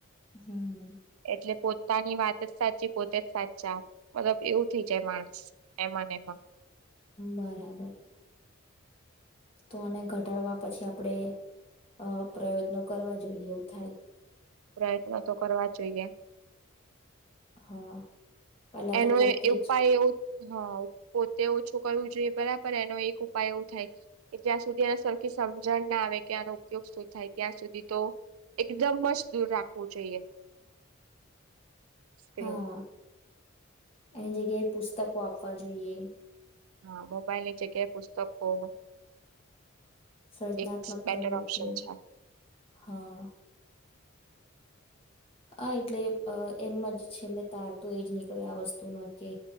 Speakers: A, on the left; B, on the right.
A: હમ
B: એટલે પોતાની વાત જ સાચી પોતે જ સાચા મતલબ એવું થઈ જાય માણસ એમાંને એમાં
A: બરાબર તો આને ઘટાડવા પછી આપણેે અ પ્રયત્નો કરવા જોઈએ એવું થાય.
B: પ્રયત્ન તો કરવા જ જોઈએ.
A: હા પેલા
B: એનો
A: તો પોતે
B: ઉપાય
A: જ
B: એવ હ પોતે ઓછું કરવું. જોએ બરાબર એનો એક ઉપાય એવું થાય કે જ્યાં સુધી એ સરખી સમજણ ના આવે કે આનો ઉપયોગ શું થાય ત્યાં સુધી તો એકદમ જ દૂર રાખવું જોઈએ. સ્ક્રીન
A: હા એની જગ્યાએ પુસ્તકો આપવા જોઈએ.
B: હા મોબાઈલની જગ્યાએ પુસ્તકો
A: સર્જનાત્મક
B: એક બેટર
A: પ્રવૃતિઓ
B: ઓપ્શન છે
A: હા. હ એટલે એમ જ છેલ્લે તાર તો એજ નીકળે આ વસ્તુનો કે